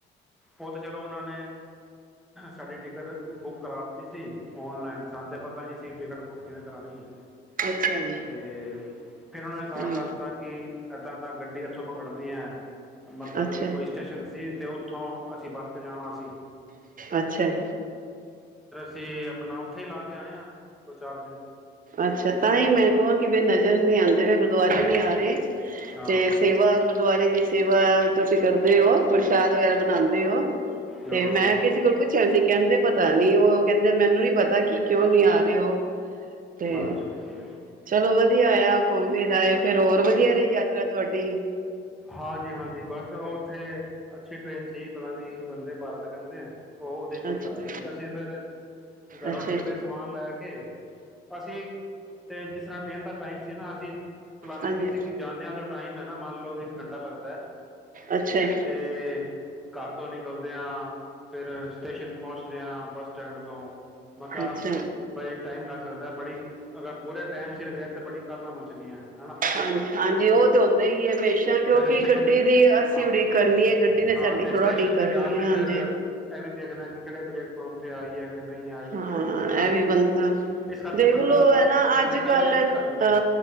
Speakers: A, in the centre; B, on the right.
A: ਉਹ ਤਾਂ ਚਲੋ ਉਹਨਾਂ ਨੇ ਸਾਡੀ ਟਿਕਟ ਬੁੱਕ ਕਰਾ ਦਿੱਤੀ ਸੀ ਔਨਲਾਈਨ ਸਾਨੂੰ ਤਾਂ ਪਤਾ ਹੀ ਨਹੀਂ ਸੀ ਟਿਕਟ ਬੁੱਕ ਕਿਵੇਂ ਕਰਾਣੀ ਏ
B: ਅੱਛਾ ਜੀ
A: ਤੇ ਫਿਰ ਉਹਨਾਂ ਨੇ ਸਾਰਾ
B: ਹਾਂ
A: ਦੱਸਤਾ ਕਿ ਏਦਾਂ ਦਾ ਗੱਡੀ ਇੱਥੋਂ ਪਕੜਨੀ ਹੈ ਮਤਲਬ
B: ਅੱਛਾ
A: ਕੋਈ ਸਟੇਸ਼ਨ ਸੀ ਤੇ ਉੱਥੋਂ ਅਸੀਂ ਬੱਸ 'ਤੇ ਜਾਣਾ ਸੀਂ
B: ਅੱਛਾ ਜੀ
A: ਤੇ ਆਪਣਾ ਉੱਥੇ ਹੀ ਲਾ ਕੇ ਆਏ ਹਾਂ ਦੋ ਚਾਰ ਦਿਨ
B: ਅੱਛਾ ਤਾਂ ਹੀ ਮੈਂ ਕਹਾਂ ਕਿ ਮੈਂਨੂੰ ਨਜ਼ਰ ਨਹੀਂ ਆਂਦੇ ਗੁਰਦੁਆਰੇ ਨਹੀ ਆ ਰਹੇ
A: ਹਾਂ
B: ਤੇ ਸੇਵਾ ਗੁਰਦੁਆਰੇ ਦੀ ਸੇਵਾ ਤੁਸੀਂ ਕਰਦੇ ਹੋ ਪ੍ਰਸ਼ਾਦ ਵਗੈਰਾ ਬਨਾਉਂਦੇ ਹੋ
A: ਹਾਂ
B: ਤੇ ਮੈਂ ਕਿਸੇ ਕੋਲ ਪੁੱਛਿਆ ਸੀ ਕਹਿੰਦੇ ਪਤਾ ਬਈ ਉਹ ਕਹਿੰਦੇ ਮੈਨੂੰ ਨੀ ਪਤਾ ਕਿ ਕਿਉਂ ਨੀ ਆ ਰਹੇ ਉਹ ਤੇ
A: ਅੱਛਾ ਅੱਛਾ
B: ਚਲੋ ਵਧ ਵਧੀਇਆ ਹੋਯਾ ਘੁੰਮ ਫਿਰ ਫੇਰ ਹੋਰ ਵਧੀਆ ਰਹੀ ਯਾਤਰਾ ਤੁਹਾਡੀ
A: ਹਾਂਜੀ ਹਾਂਜੀ ਬਸ ਉੱਥੇ ਅੱਛੀ ਟ੍ਰੇਨ ਸੀ ਪਤਾ ਨਹੀਂ ਬੰਦੇ ਭਾਰਤ ਕਹਿੰਦੇ ਉਹ ਉਹਦੇ ਹੀ ਬੁੱਕ
B: ਅੱਛਾ
A: ਕਰਵਾਏ ਸੀ ਅਸੀਂ ਫਿਰ ਘਰੋਂ
B: ਅੱਛਾ
A: ਨਿਕਲੇ ਸਮਾਨ ਲੈ ਕੇ ਅਸੀਂ ਤੇ ਜਿਸ ਤਰ੍ਹਾਂ ਟ੍ਰੇਨ ਦਾ ਟਾਈਮ ਸੀ ਨਾ ਅਸੀਂ ਪਲਾਨਿੰਗ
B: ਹਾਂਜੀ
A: ਕਿਤੀ ਕਿ ਜਾਂਦਿਆਂ ਦਾ ਟਾਈਮ ਹੈ ਨਾ ਮਨ ਲੋ ਇਹ ਘੰਟਾ ਲੱਗਦਾ
B: ਅੱਛਾ
A: ਤੇ ਘਰ ਤੋਂ ਨਿਕਲਦੇ ਹਾਂ ਫਿਰ ਸਟੇਸ਼ਨ ਪਹੁੰਚਦੇ ਹਾਂ ਬੱਸ ਸਟੈਂਡ ਤੋਂ ਮੱਕਾ
B: ਅੱਛਾ
A: ਬੜੀ ਟਾਈਮ ਲੱਗ ਸਕਦਾ ਹੈ ਬੜੀ ਅਗਰ ਪੂਰੇ ਟਾਈਮ ਸਿਰ ਤਾਂ ਬੜ <unintelligible>
B: ਹਾਂ ਹਾਂਜੀ ਉਹ ਤੇ ਹਉਂਦਾ ਹੀ ਹਮੇਸ਼ਾ ਕਿਉਂਕਿ
A: ਫਿਰ ਸਟੇਸ਼ਨ
B: ਗੱਡੀ
A: 'ਤੇ
B: ਦੀ ਅਸੀਂ
A: ਹਾਂ
B: ਉਡੀਕ ਕਰਨੀ ਹੈ ਗੱਡੀ ਨੇ
A: ਹਾਂ
B: ਸਾਡੀ
A: ਤੇ
B: ਥੋੜਾ
A: ਸਟੇਸ਼ਨ
B: ਉਡੀਕ ਕਰਨੀ
A: ਤੇ ਜਾ ਕੇ
B: ਹੈ
A: ਫਿਰ
B: ਹਾਂਜੀ
A: ਇਹ ਵੀ ਦੇਖਣਾ ਕਿ <unintelligible> ਆਈ
B: ਹਾਂ
A: ਹਨਾ
B: ਇਹ ਵੀ ਬੰਦਾ
A: ਇਸ ਕਰਕੇ
B: ਦੇਖਲੋ
A: ਬੰਦਾ
B: ਹੈ ਨਾ,
A: ਘੰਟੇ
B: ਅੱਜ
A: ਪਹਿਲੇ
B: ਕੱਲ ਅ
A: ਚੱਲ ਪਏ